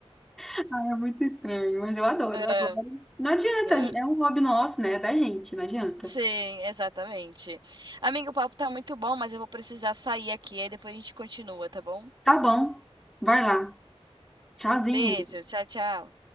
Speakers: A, in the centre; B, on the right.
A: Ah, é muito estranho, mas eu adoro,
B: É,
A: eu adoro. Não adianta,
B: é.
A: é um hobby nosso, né? É Da gente, não adianta.
B: Sim, exatamente. Amigo, o papo tá muito bom, mas eu vou precisar sair aqui, aí depois a gente continua, tá bom?
A: Tá bom, vai lá. Tchauzinho.
B: Beijo, tchau, tchau.